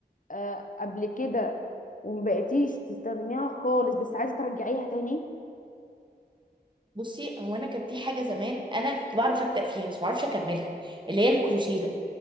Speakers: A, on the left (about 50°); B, on the right (about 30°).
A: آه قبل كده ومبقيتيش تستخدميها خالص بس عايزه ترجعيها تاني
B: بصي هو انا كان في حاجة زمان انا كنت بعرف ابدأ فيها بس معرفش اكملها اللي هي الكروشيه ده